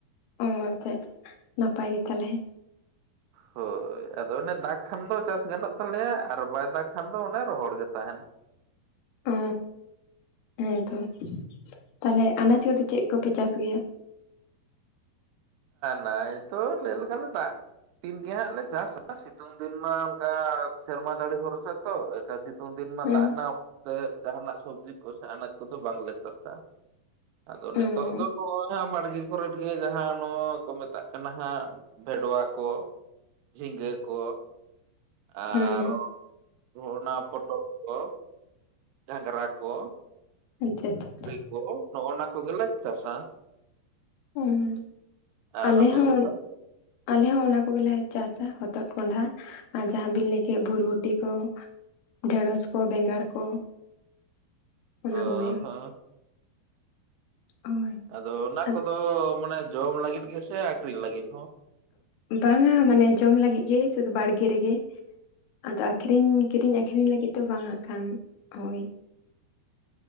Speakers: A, on the left; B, on the right.
A: ᱳᱻ ᱟᱪᱪᱷᱟ ᱟᱪᱪᱷᱟ ᱱᱟᱯᱟᱭ ᱜᱮ ᱛᱟᱦᱚᱞᱮᱸ,
B: ᱦᱳᱭ ᱟᱫᱚ ᱚᱱᱮ ᱫᱟᱜ ᱠᱷᱟᱱ ᱫᱚ ᱪᱟᱥ ᱜᱟᱱᱚᱜ ᱛᱟᱞᱮᱭᱟ ᱟᱨ ᱵᱟᱭ ᱫᱟᱜ ᱠᱷᱟᱱ ᱫᱚ ᱚᱱᱮ ᱨᱚᱦᱚᱲ ᱜᱮ ᱛᱟᱦᱮᱱᱟ,
A: ᱳᱻ ᱦᱮᱸᱛᱚ ᱛᱟᱦᱚᱞᱮ ᱟᱱᱟᱡ ᱠᱚᱫᱚ ᱪᱮᱫ ᱠᱚᱯᱮ ᱪᱟᱥ ᱜᱮᱭᱟ?
B: ᱱᱟᱭ ᱛᱚ ᱞᱟᱹᱭ ᱞᱮᱠᱷᱟᱱ ᱫᱟᱜ ᱛᱤᱱᱜᱮ ᱦᱟᱸᱜ ᱞᱮ ᱪᱟᱥᱟ ᱥᱤᱛᱩᱝ ᱫᱤᱱ ᱢᱟ ᱚᱱᱠᱟ ᱥᱮᱨᱢᱟ ᱫᱟᱲᱮ ᱵᱷᱚᱨᱥᱟᱼᱟ ᱛᱚ᱾ ᱥᱤᱛᱩᱝ ᱫᱤᱱ ᱢᱟ
A: ᱦᱮᱸ
B: ᱫᱟᱜ ᱨᱮᱱᱟᱜ ᱚᱠᱛᱮ ᱡᱟᱦᱟᱸᱱᱟᱜ ᱥᱚᱵᱡᱤ ᱠᱚᱥᱮ ᱟᱱᱟᱡᱽ ᱠᱚᱫᱚ ᱵᱟᱝᱞᱮ ᱪᱟᱥᱟ ᱾ ᱟᱫᱚ ᱱᱤᱛᱳᱜ
A: ᱚ ᱦᱮᱸ
B: ᱫᱚ ᱱᱚᱜᱼᱚᱭ ᱵᱟᱲᱜᱮ ᱠᱚᱨᱮ ᱜᱮ ᱡᱟᱦᱟᱸ ᱱᱚᱭᱟ ᱠᱚ ᱢᱮᱛᱟᱜ ᱠᱟᱱᱟ ᱦᱟᱸᱜ ᱵᱷᱮᱰᱣᱟ ᱠᱚ, ᱡᱷᱤᱸᱜᱟᱹ ᱠᱚ, ᱟᱨ
A: ᱦᱮᱸ
B: ᱚᱱᱟ ᱯᱚᱴᱚᱞ, ᱠᱚ ᱜᱷᱟᱸᱜᱽᱨᱟ ᱠᱚ,
A: ᱟᱪᱪᱷᱟ ᱟᱪᱪᱷᱟ ᱟᱪᱪᱷᱟ ᱾
B: <unintelligible> ᱱᱚᱜᱼᱱᱟ ᱠᱚᱜᱮ ᱞᱮ ᱪᱟᱥᱟ᱾
A: ᱦ
B: ᱟᱨ
A: ᱟᱞᱮ
B: ᱟᱯᱮ
A: ᱦᱚᱸ
B: ᱥᱮᱫ ᱫᱚ?
A: ᱟᱞᱮ ᱦᱚᱸ ᱚᱱᱟ ᱠᱚᱜᱮᱞᱮ ᱪᱟᱥᱟ ᱦᱚᱛᱚᱫ ᱠᱚᱸᱰᱷᱟ᱾ ᱟᱨ ᱡᱟᱦᱟᱸ ᱵᱤᱱ ᱞᱟᱹᱭ ᱠᱮᱫ ᱵᱷᱩᱨᱵᱷᱩᱴᱤ ᱠᱚ ᱰᱷᱮᱸᱬᱚᱥ ᱠᱚ ᱵᱮᱸᱜᱟᱲ ᱠᱚ ᱾
B: <inaudible>
A: ᱚᱱᱟ ᱠᱚᱜᱮ᱾
B: ᱦᱚᱸ
A: ᱦᱳᱭ,
B: ᱟᱫᱚ ᱚᱱᱟ
A: ᱟᱫ
B: ᱠᱚᱫᱚ ᱢᱟᱱᱮ ᱡᱚᱢ ᱞᱟᱹᱜᱤᱫ ᱜᱮᱥᱮ ᱟᱹᱠᱷᱨᱤᱧ ᱞᱟᱹᱜᱤᱫ ᱦᱚᱸ?
A: ᱵᱟᱝᱟ ᱢᱟᱱᱮ ᱡᱚᱢ ᱞᱟᱹᱜᱤᱫ ᱜᱮ ᱥᱩᱫᱩ ᱵᱟᱲᱜᱮ ᱨᱮᱜᱮ᱾ ᱟᱫᱚ ᱟᱠᱷᱨᱤᱧ ᱠᱤᱨᱤᱧ ᱟᱠᱷᱨᱤᱧ ᱞᱟᱹᱜᱤᱫ ᱫᱚ ᱵᱟᱝ ᱦᱟᱸᱜ ᱠᱷᱟᱱ ᱦᱳᱭ᱾